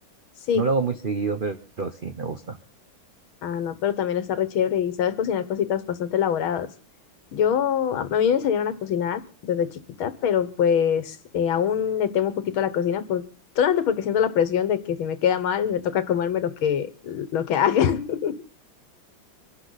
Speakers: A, on the left; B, on the right.
A: Sí,
B: No lo hago muy seguido, pero, pero sí, me gusta.
A: Ah, no, pero también está re chévere y sabes cocinar cositas bastante elaboradas. Yo, a a mí me enseñaron a cocinar desde chiquita, pero pues eh, aún le temo un poquito a la cocina, por, solamente porque siento la presión de que si me queda mal, me toca comerme lo que, lo que haga. <laughs>